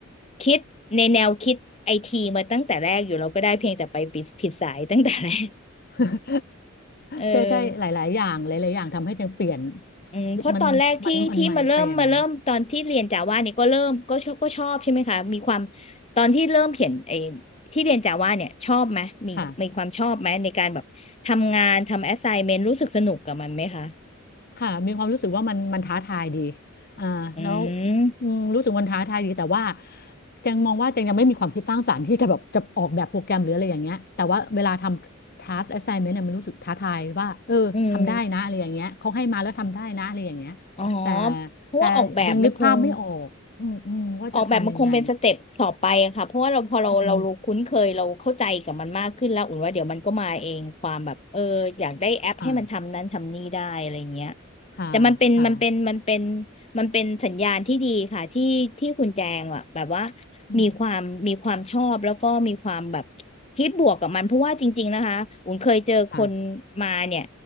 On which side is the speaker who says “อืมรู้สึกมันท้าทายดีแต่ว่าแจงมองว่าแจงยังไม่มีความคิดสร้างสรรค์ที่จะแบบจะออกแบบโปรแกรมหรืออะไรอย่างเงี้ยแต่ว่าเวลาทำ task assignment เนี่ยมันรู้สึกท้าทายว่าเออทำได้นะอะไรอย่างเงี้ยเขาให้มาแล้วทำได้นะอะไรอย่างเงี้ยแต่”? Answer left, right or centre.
Left